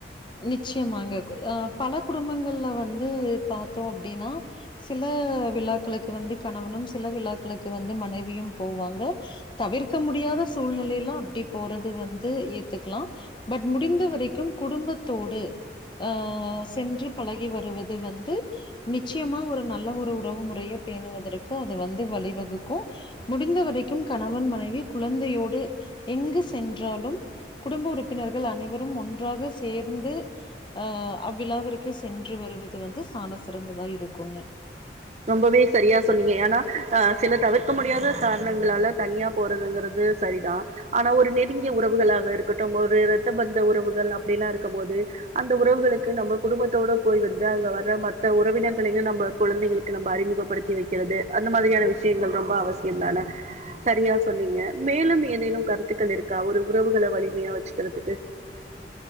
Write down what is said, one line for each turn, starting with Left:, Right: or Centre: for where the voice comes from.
Left: நிச்சயமாங்க ஆ பல குடும்பங்கள்ல வந்து பாத்தோ அப்டின்னா சில விழாக்களுக்கு வந்து கணவனும் சில விழாக்களுக்கு வந்து மனைவியும் போவாங்க தவிர்க்க முடியாத சூழ்நிலையெல்லா அப்டி போறது வந்து ஏத்துக்லா பட் முடிந்த வரைக்கும் குடும்பத் தோடு அ சென்று பழகி வருவது வந்து நிச்சயமா ஒரு நல்ல ஒரு உறவு முறையை பேணுவதற்கு அது வந்து வழிவகுக்கு முடிந்த வரைக்கும் கணவன் மனைவி குழந்தையோடு எங்கு சென்றாலும் குடும்ப உறுப்பினர்கள் அனைவரும் ஒன்றாக சேர்ந்து அ அவ்விழாவிற்கு சென்று வருவது வந்து சால சிறந்ததா இருக்குங்க
Right: ரொம்பவே சரியா சொன்னீங்க ஏன்னா அ சில தவிர்க்க முடியாத காரணங்களால தனியாப் போறதுங்கிறது சரிதா ஆனா ஒரு நெருங்கிய உறவுகளாக இருக்கட்டும் ஒரு ரத்த பந்த உறவுகள் அப்டிலா இருக்கும் போது அந்த உறவுகளுக்கு நம்ப குடும்பத்தோட போய் வந்து அங்க வர மத்த உறவினர்களையு நம்ப குழந்தைகளுக் அறிமுகப்படுத்தி வைக்கிறது அந்த மாதிரியான விஷயங்கள் ரொம்ப அவசியந்தான சரியா சொன்னீங்க மேலும் ஏதேனும் கருத்துக்கள் இருக்கா ஒரு உறவுகள வலிமையா வச்சுக்கறதுக்கு